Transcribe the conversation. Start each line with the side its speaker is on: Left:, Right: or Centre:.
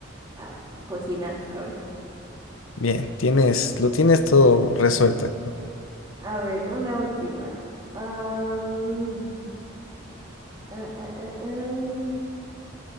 Right: a cocinar, ¿sabes?
Left: bien, tienes, lo tienes todo resuelto.
Right: A ver, una última. Am, ah, ah, ah, am.